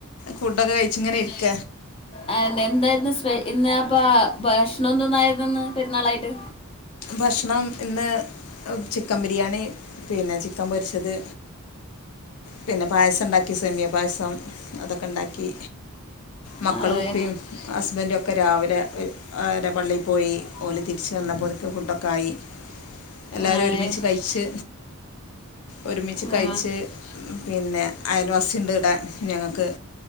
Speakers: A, on the left (about 75°); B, on the left (about 25°).
A: ഫുഡൊക്കെ കഴിച്ച്ങ്ങനെ ഇരിക്ക
B: ആഹ് ഇന്ന എന്തായിരുന്ന് സ്പെ ഇന്ന് അപ്പാ ഭക്ഷണംന്നോന്നായിരുന്നുന്ന് പെരുന്നാളായിട്ട്
A: ഭക്ഷണം ഇന്ന് ചിക്കൻ ബിരിയാണി പിന്നെ ചിക്കൻ പൊരിച്ചത് പിന്നെ പായസംണ്ടാക്കി സെമിയ പായസം അതൊക്കെണ്ടാക്കി മക്കളു
B: അതെ
A: ഉപ്പീം ഹസ്ബൻഡൊക്കെ രാവിലെ ഹ് അവരെ പള്ളിപോയി ഓല് തിരിച്ച് വന്നപ്പോ പ്പൊ ഫുഡൊക്കെ ആയി എല്ലാവരും
B: അതെ
A: ഒരുമിച്ച് കഴിച്ച് ഒരുമിച്ച് കഴിച്ച്
B: ആ.
A: പിന്നെ അയൽവാസിണ്ട് ഇടെ ഞങ്ങക്ക്